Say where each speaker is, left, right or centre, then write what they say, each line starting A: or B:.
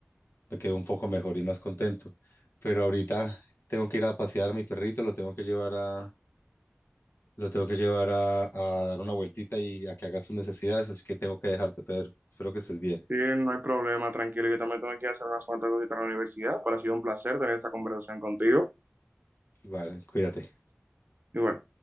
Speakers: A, on the left; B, on the right.
A: me quedé un poco mejor y más contento. Pero ahorita tengo que ir a pasear a mi perrito, lo tengo que llevar a, lo tengo que llevar a, a dar una vueltita y a que haga sus necesidades, así que tengo que dejarte, Pedro. Espero que estés bien.
B: Sí, no hay problema, tranquilo, yo también tengo que hacer unas cuantas cositas en la universidad, pero ha sido un placer tener esta conversación contigo.
A: Vale, cuídate.
B: Y bueno.